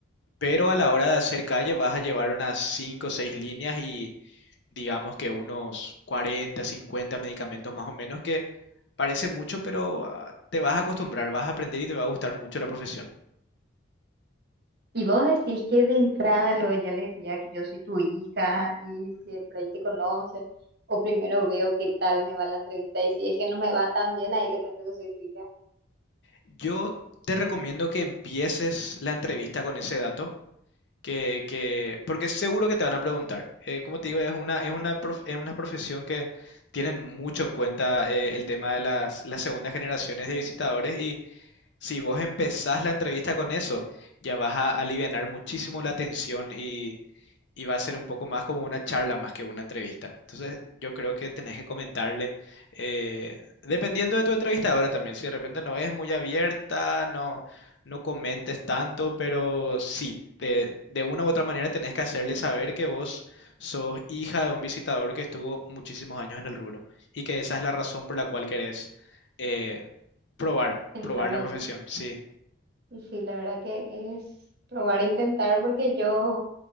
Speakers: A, on the left; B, on the right.
A: pero a la hora de hacer calle vas a llevar unas cinco o seis líneas y digamos que unos 40 50 medicamentos más o menos, que parece mucho, pero ah, te vas a acostumbrar, vas a aprender y te va a gustar mucho la profesión.
B: Y vos decís que de entrada luego ya le decía que yo soy tu hija y si de por ahí te conoces, o primero veo qué tal me va la entrevista y si es que no me va tan bien, ahí le cuento que soy tu hija,
A: Yo te recomiendo que empieces la entrevista con ese dato, que, que, porque seguro que te van a preguntar. Eh, como te digo, es una, es una, prof- es una profesión que tienen mucho en cuenta eh, el tema de las, las segundas generaciones de visitadores y si vos empezás la entrevista con eso, ya vas a alivianar muchísimo la tensión y va a ser un poco más como una charla más que una entrevista. Entonces, yo creo que tenés que comentarle, eh, dependiendo de tu entrevistadora también, si de repente no es muy abierta, no, no comentes tanto, pero sí, de, de una u otra manera tenés que hacerle saber que vos sos hija de un visitador que estuvo muchísimos años en el rubro y que esa es la razón por la cual querés eh, probar,
B: entrar
A: probar la
B: allí.
A: profesión. Sí,
B: Y sí, la verdad que es probar e intentar porque yo